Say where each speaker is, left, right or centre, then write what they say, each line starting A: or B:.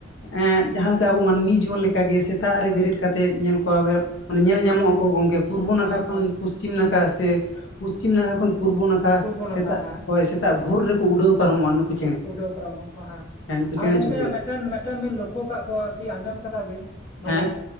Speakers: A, on the left (about 90°); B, on the left (about 35°).
A: ᱮᱸ ᱡᱟᱦᱟ ᱞᱮᱠᱟ ᱟᱵᱚ ᱢᱟᱹᱱᱢᱤ ᱡᱤᱭᱚᱱ ᱞᱮᱠᱟᱜᱮ ᱥᱮᱛᱟᱜ ᱨᱮ ᱵᱮᱨᱮᱫ ᱠᱟᱛᱮᱜ ᱧᱮᱞ <unintelligible> ᱢᱟᱱᱮ ᱧᱮᱞ ᱧᱟᱢᱚᱜ ᱟᱠᱚ ᱜᱚᱝᱠᱮ ᱯᱩᱨᱵᱚ ᱱᱟᱠᱷᱟ
B: ᱦᱮᱸ
A: ᱠᱷᱚᱱ
B: ᱦᱮᱸ
A: ᱯᱚᱥᱪᱤᱢ ᱱᱟᱠᱷᱟ, ᱥᱮ ᱯᱚᱥᱪᱤᱢ ᱱᱟᱠᱷᱟ ᱠᱷᱚᱱ, ᱯᱩᱨᱵᱚ ᱱᱟᱠᱷᱟ
B: ᱯᱩᱨᱵᱚ ᱱᱟᱠᱷᱟ
A: ᱥᱮᱛᱟᱜ
B: ᱦᱮᱸ
A: ᱦᱳᱭ ᱥᱮᱛᱟᱜ ᱵᱷᱳᱨ ᱨᱮ ᱩᱰᱟᱹᱣ ᱯᱟᱨᱚᱢᱚᱜᱼᱟ ᱱᱩᱠᱩ
B: ᱩᱰᱟᱣ ᱯᱟᱨᱚᱢᱟᱠᱚ ᱦᱟᱸ
A: ᱦᱮᱸ ᱱᱩᱠᱩ ᱪᱮᱬᱮ
B: ᱟᱨ ᱜᱚᱝᱠᱮ
A: ᱪᱩᱯᱲᱩᱡ
B: ᱢᱮᱫᱴᱮᱱ ᱢᱮᱫᱴᱮᱱ ᱵᱤᱱ ᱞᱚᱠᱷᱚ ᱟᱠᱟᱫ ᱠᱚᱣᱟ ᱠᱤ ᱟᱸᱡᱚᱢ ᱠᱟᱫᱟ ᱵᱤᱱ ᱾ᱢᱟᱱᱮ
A: ᱦᱮᱸ